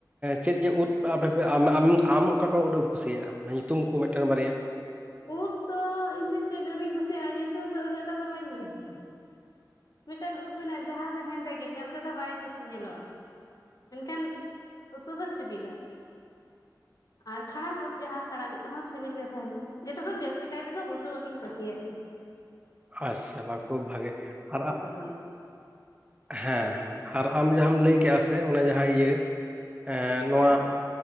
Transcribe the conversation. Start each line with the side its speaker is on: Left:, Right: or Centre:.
Right: ᱪᱮᱫ ᱪᱮᱫ ᱩᱫ ᱟᱯᱮ ᱯᱮ ᱟᱢ ᱟᱢ ᱟᱢ ᱚᱠᱟ ᱠᱚ ᱩᱫ ᱮᱢ ᱠᱩᱥᱤᱭᱟᱜ-ᱟ ᱧᱩᱛᱩᱢ ᱠᱚ ᱢᱤᱫᱴᱮᱱ ᱵᱟᱨᱭᱟ
Left: ᱩᱫ ᱫᱚ ᱤᱧᱫᱚ ᱪᱮᱫ ᱟᱹᱰᱤᱧ ᱠᱩᱥᱤᱭᱟᱜ-ᱟ ᱧᱩᱛᱩᱢ ᱫᱚ ᱩᱱᱟᱹᱜᱴᱟ ᱫᱚ ᱵᱟᱹᱧ ᱢᱮᱱ ᱠᱮᱭᱟ ᱢᱤᱫᱴᱟᱝ ᱩᱫ ᱢᱮᱱᱟᱜ-ᱟ ᱡᱟᱦᱟᱸ ᱫᱚ ᱦᱮᱸᱫᱮ ᱜᱮ ᱧᱮᱞ ᱛᱮᱫᱚ ᱵᱟᱭ ᱡᱩᱛ ᱧᱮᱞᱚᱜ-ᱟ ᱢᱮᱱᱠᱷᱟᱱ ᱩᱛᱩ ᱫᱚ ᱥᱤᱵᱤᱞᱟ ᱟᱨ ᱠᱷᱟᱲᱟᱝ ᱩᱫ ᱡᱟᱦᱟᱸ ᱠᱷᱟᱲᱟᱝ ᱩᱫ ᱦᱚᱸ ᱥᱤᱵᱤᱞ ᱜᱮ ᱛᱟᱦᱮᱱᱟ ᱡᱚᱛᱚ ᱠᱷᱚᱱ ᱡᱟᱹᱥᱛᱤ ᱠᱟᱭ ᱛᱮᱫᱚ ᱵᱩᱥᱩᱵ ᱩᱫ ᱤᱧ ᱠᱩᱥᱤᱭᱟᱜ ᱜᱮᱭᱟ
Right: ᱟᱪᱪᱷᱟ ᱵᱟ ᱠᱷᱩᱵ ᱵᱷᱟᱜᱮ ᱟᱨ
Left: ᱛᱚᱵᱚᱱ
Right: ᱦᱮᱸ ᱦᱮᱸ ᱟᱨ ᱟᱢ ᱡᱟᱦᱟᱸᱟᱢ ᱞᱟᱹᱭ ᱠᱮᱜ-ᱟ ᱥᱮ ᱚᱱᱟ ᱡᱟᱦᱟᱸ ᱤᱭᱟᱹ ᱮᱸ ᱱᱚᱣᱟ
Left: ᱠᱷᱟᱲᱟᱝ ᱩᱫ